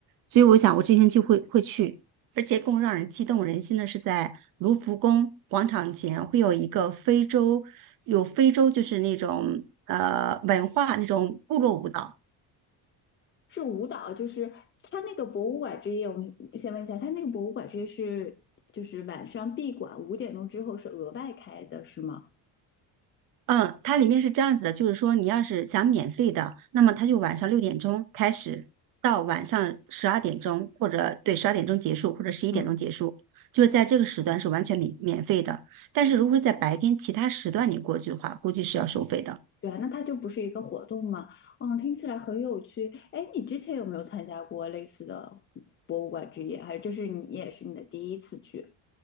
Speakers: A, on the right (about 50°); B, on the left (about 30°).
A: 所以我想我之天就会会去。而且更让人激动人心的是，在卢浮宫广场前会有一个非洲，有非洲就是那种呃文化那种部落舞蹈，
B: 是舞蹈，就是他那个博物馆之夜，我们先问一下，他那个博物馆之夜是就是晚上闭馆，五点钟之后是额外开的，是吗？
A: 嗯，它里面是这样子的，就是说你要是想免费的，那么它就晚上六点钟开始，到晚上十二点钟，或者对十二点钟结束，或者十一点钟结束，
B: 嗯，
A: 就是在这个时段是完全免免费的。但是如果是在白天其他时段你过去的话，估计是要收费的。
B: 对啊，那它就不是一个活动吗？嗯，听起来很有趣。哎，你之前有没有参加过类似的博物馆之夜？还是这是你也是你的第一次去？